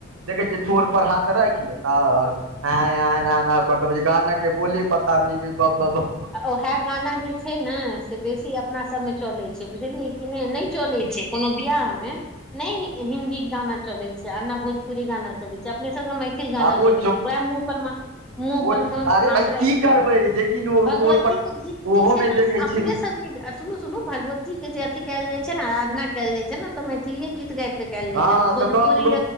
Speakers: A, on the right (about 75°); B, in the centre.
A: देखै छियै ठोर पर हाथ खाइख लेताउ और। आंय-आंय न-न करतौ गाना के बोली पता न भ ब ब
B: आ उएह गाना जे छैय ने से बेसी। अपना सबमे चलै छैय बुझलियै कि नै, नैह चलै छैय कोनो बियाह मे नैय। हिंन्दी गाना चलै छैय आ ना भोजपुरी गाना चलै छैय अपने सभ मैथिल। गाना
A: आब ओ
B: चलै छैय ब मुँ परमं मुँह
A: ओ
B: परमं
A: अरे
B: हाथ
A: भाय
B: रैख
A: की करबै
B: क
A: लेकिन ओ
B: भगवती
A: ठोर पर
B: के गीत
A: ओहो
B: जैय छैय
A: मे
B: न
A: देखै
B: से अपने
A: छी
B: सब। आ सुनु-सुनू भगवत्ती के जे अथी कैल जाय छैय न आराधना कैल जाय छैय ने तऽ मैथिलीयै गीत गैब के। कैल जाय
A: हँ
B: छैय नओ
A: तऽ
B: भोजपुरी
A: दस गो